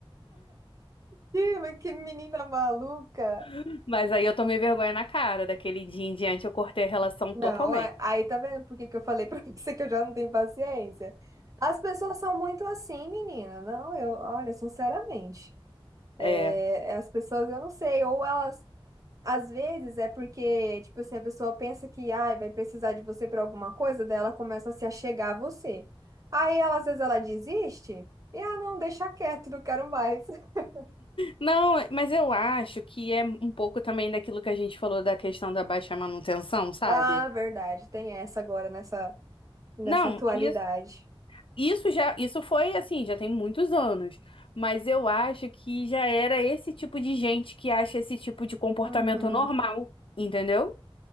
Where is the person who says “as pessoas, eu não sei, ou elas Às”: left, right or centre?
Right